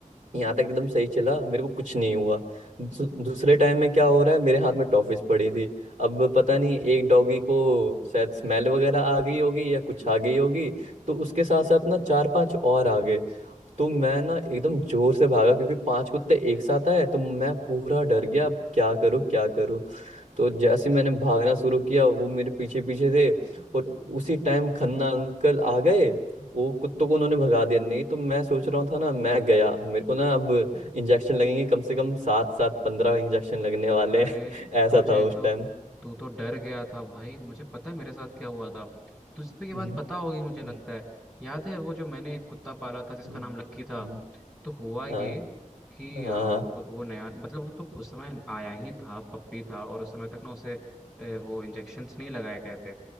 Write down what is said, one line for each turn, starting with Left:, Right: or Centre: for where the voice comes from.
Right: यहाँ तक एकदम सही चला मेरे को कुछ नहीं हुआ दू, दूसरे टाइम में क्या हो रहा है मेरे हाथ में टॉफिस पड़ी थी अब पता नहीं एक डॉगी को शायद स्मेल वगैरह आ गई होगी या कुछ आ गई होगी तो उसके साथ साथ ना चार पांच और आ गए तो मैं ना एकदम जोर से भागा क्योंकि पांच कुत्ते एक साथ आए तो मैं पूरा डर गया अब क्या करूं क्या करूं तो जैसे ही मैंने भागना शुरू किया वो मेरे पीछे पीछे थे और उसी टाइम खन्ना अंकल आ गए वो कुत्तों को उन्होंने भगा दिया नहीं तो मैं सोच रहा था ना मैं गया मेरे को ना अब इंजेक्शन लगेंगे कम से कम सात सात पंद्रह इंजेक्शन लगने वाले
Centre: अरे
Right: <laughs> हैं। ऐसा
Centre: तुझे
Right: था उस
Centre: तो
Right: टाइम
Centre: तू तो डर गया था भाई मुझे पता है मेरे साथ क्या हुआ था तुझे तो ये बात
Right: हम्म
Centre: पता होगी मुझे लगता
Right: हम्म,
Centre: है याद है वो जो मैंने एक कुत्ता पाला था
Right: हम्म,
Centre: जिसका नाम लक्की था
Right: हम्म,
Centre: तो हुआ ये
Right: हाँ
Centre: कि
Right: हाँ
Centre: अ, वो वो नया मतलब वो तो उस समय आया ही था पप्पी था और उस समय तक ना उसे अ, वो इंजेक्शन्स नहीं लगाए गए थे